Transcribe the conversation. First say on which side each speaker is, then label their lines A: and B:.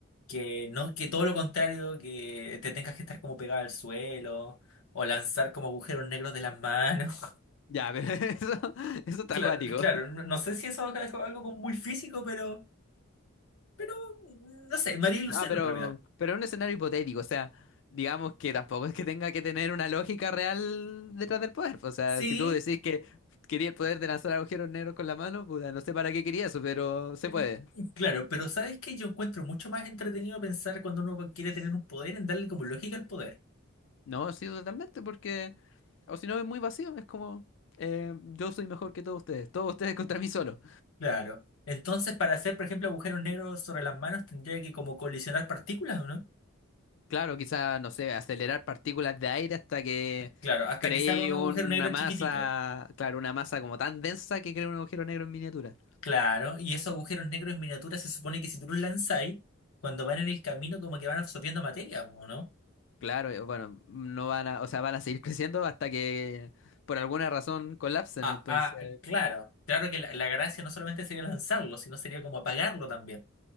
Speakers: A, on the left (about 85°); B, on the left (about 60°).
A: que no, que todo lo contrario, que te tengas que estar como pegado al suelo o lanzar como agujeros negros de las manos. <laughs>
B: Ya, pero <laughs> eso, eso está
A: Claro,
B: acuático.
A: claro, no, no sé si eso es algo algo como muy físico, pero... Pero, mm, no sé, María y Lucero
B: Ah, pero,
A: en realidad.
B: pero un escenario hipotético, o sea, digamos que tampoco es que tenga que tener una lógica real detrás del poder. pues, O sea,
A: Sí,
B: si tú decís que quería el poder de lanzar agujeros negros con la mano, puta, no sé para qué quería eso, pero se
A: <laughs>
B: puede.
A: Claro, pero ¿sabes qué? Yo encuentro mucho más entretenido pensar cuando uno quiere tener un poder en darle como lógica al poder.
B: No, sí, totalmente, porque, o si no, es muy vacío, es como, eh, yo soy mejor que todos ustedes, todos ustedes contra mí solo.
A: Claro. Entonces, para hacer, por ejemplo, agujeros negros sobre las manos, tendría que como colisionar partículas, ¿o no?
B: Claro, quizá, no sé, acelerar partículas de aire hasta que
A: Claro, hasta
B: cree
A: que se haga un agujero
B: una
A: negro
B: masa,
A: chiquitito.
B: claro, una masa como tan densa que cree un agujero negro en miniatura.
A: Claro, y esos agujeros negros en miniatura se supone que si tú los lanzáis, cuando van en el camino como que van absorbiendo materia, ¿o no?
B: Claro, eh, bueno, no van a, o sea, van a seguir <laughs> creciendo hasta que por alguna razón colapsen,
A: Ah,
B: entonces,
A: ah, claro. Claro que la, la gracia no solamente sería lanzarlo, sino sería como apagarlo también.